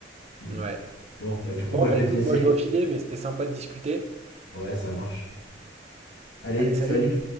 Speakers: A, on the left (about 65°); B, on the right (about 35°).
A: Mm.
B: Ouais.
A: Bon, bah, du coup,
B: Bon,
A: moi, je
B: bah
A: vais
B: écoute,
A: te laisser.
B: moi je dois filer, mais c'était sympa de discuter.
A: Ouais, ça marche. Allez,
B: Allez,
A: salut!
B: salut!